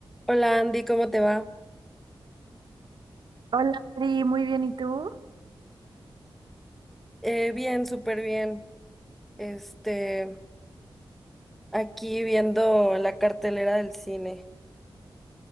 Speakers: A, in the centre; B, on the right (about 60°).
A: Hola Andy, ¿cómo te va?
B: Hola, Ari, muy bien, ¿y tú?
A: Eh, bien, súper bien. Este, aquí viendo la cartelera del cine.